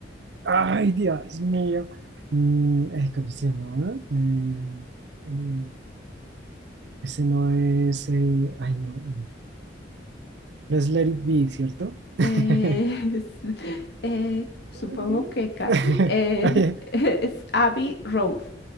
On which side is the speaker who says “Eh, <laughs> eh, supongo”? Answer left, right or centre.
Left